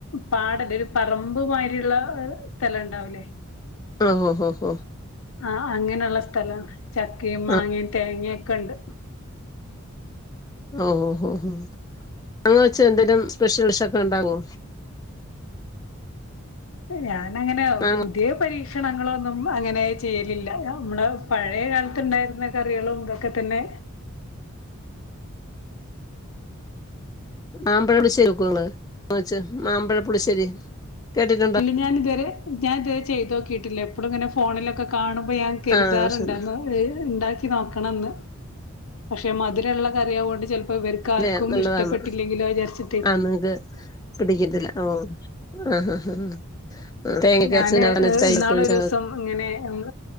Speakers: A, on the left (about 75°); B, on the left (about 15°).
A: പാടല്ല ഒരു പറമ്പ് മാരിള്ള സ്ഥലണ്ടാവൂലേ
B: ഓഹ് ഓഹ് ഓഹ്
A: ആഹ് അങ്ങനെള്ള സ്ഥലണ് ചക്കയും മാങ്ങയും
B: ആ
A: തേങ്ങൊക്കൊണ്ട്
B: ഓ ഓ ഓ ഹോ ങ്ങങ് വെച്ച എന്തേങ്കലും സ്പെഷ്യൽ ഡിഷക്കെ ഉണ്ടാക്കോ
A: ഞാനങ്ങനെ
B: മാങ്ങ
A: പുതിയ പരീക്ഷ ഭക്ഷണങ്ങളൊന്നും അങ്ങനെ ചെയ്യലില്ല നമ്മൾ പഴയ കാലത്തുണ്ടായിരുന്ന കറികളും ഇതൊക്കെ തന്നെ
B: മാമ്പഴപ്പളി്ശരി നക്ക <unintelligible> മാമ്പഴപ്പളി്ശരി കേട്ടിട്ട
A: ഞാന ഇതുവരെ ഞാന ഇതുവരെ ചെയ്തോക്കിയിട്ടില്ല എപ്പോഴും ഇങ്ങനെ ഫോണിലോക്കെ കാണുമ്പോ ഞാൻ കരുതാറുണ്ടർന്നു
B: ആഹ്
A: ഉണ്ടാക്കി നോക്കണംന്ന് പക്ഷെ മധുരള്ള കറിയാവുകൊണ്ട് ചിലപ്പോ ഇവർക്ക് ആർക്കും
B: നല്ല നല്ലതാണ്
A: ഇഷ്ടപ്പെട്ടില്ലെങ്കിലോ വിചാരിച്ചിട്ടെ
B: ആ നിങ്ങക്ക് പിടിക്കത്തില്ല ഓഹ് ആഹ് ആഹ് ആഹ് തേങക്കെ
A: ഞാന്
B: അരച്ച്
A: ഇന്നാളൊരു ദിവസം ഇങ്ങനെ